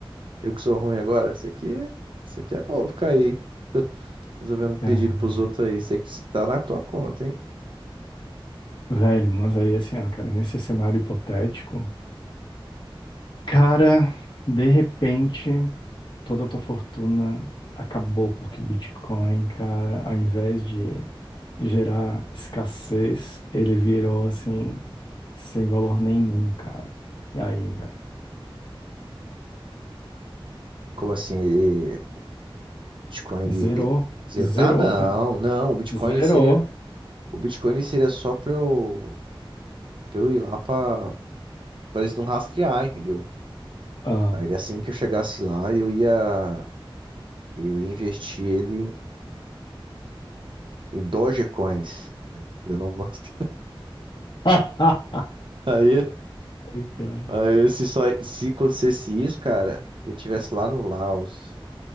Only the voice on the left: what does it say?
Cara,
velho, mas aí assim, ó, cara, nesse cenário hipotético, cara, de repente. toda a tua fortuna acabou porque o Bitcoin, cara, ao invés de gerar escassez, ele virou assim, sem valor nenhum, cara. E aí, velho?
Zerou.
Zerou,
cara.
Zerou.
Ah.
<laughs>
Ai, cara.